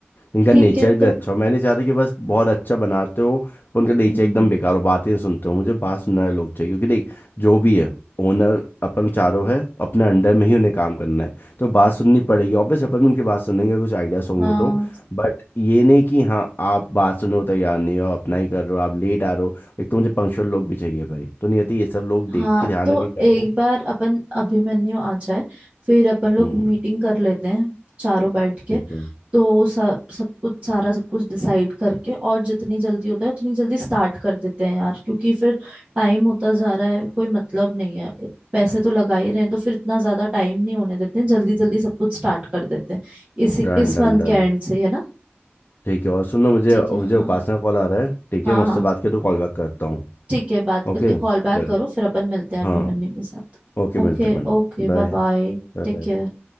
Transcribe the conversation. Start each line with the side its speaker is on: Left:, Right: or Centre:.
Left: इनका
Right: ठीक
Left: नेचर
Right: है
Left: भी
Right: तो
Left: अच्छा हो मैं नहीं चाहता कि बस बहुत अच्छा बनाते हो पर उनका नेचर
Right: हम्म,
Left: एकदम बेकार हो बातें नहीं सुनते हो मुझे बात सुनने वाले लोग चाहिए क्योंकि देख जो भी है ओनर अपन चारों है अपने अंडर में ही उन्हें काम करना है तो बात सुननी पड़ेगी ऑब्वियस अपन भी उनकी बात सुनेंगे कुछ आइडियाज होंगे
Right: हाँ
Left: तो बट ये नहीं कि हाँ आप बात सुनने को तैयार नहीं हो अपना ही कर रहे हो आप लेट आ रहे हो एक तो मुझे पंक्चुअल लोग भी चाहिए भाई तो नहीं आती ये सब लोग देख
Right: हाँ
Left: के ध्यान
Right: तो
Left: रख के करो
Right: एक बार अपन अभिमन्यु आ जाए फिर अपन लोग
Left: हम्म
Right: मीटिंग कर लेते हैं चारों बैठ के
Left: ठीक है
Right: तो सब सब कुछ सारा सब कुछ डिसाइड करके और जितनी जल्दी होता है उतनी जल्दी स्टार्ट कर देते हैं यार क्योंकि फिर टाइम होता जा रहा है कोई मतलब नहीं है पैसे तो लगा ही रहे हैं तो फिर इतना ज्यादा टाइम नहीं होने देते हैं जल्दी जल्दी सब कुछ स्टार्ट कर देते हैं इसी
Left: Done
Right: इस
Left: done
Right: मंथ
Left: done
Right: के एंड से ही, है ना
Left: ठीक है और सुनो मुझे
Right: ठीक
Left: मुझे
Right: है हाँ
Left: उपासना कॉल आ रहा है ठीक
Right: हाँ
Left: है मैं उससे
Right: हाँ
Left: बात करके तो कॉल बैक करता हूँ
Right: ठीक है बात
Left: ओके
Right: करके कॉल बैक
Left: चल
Right: करो फिर अपन मिलते हैं
Left: हाँ
Right: अभिमन्यु के साथ
Left: ओके
Right: Okay
Left: मिलते हैं अपन
Right: okay bye
Left: Bye
Right: bye
Left: bye
Right: Take
Left: बाय
Right: care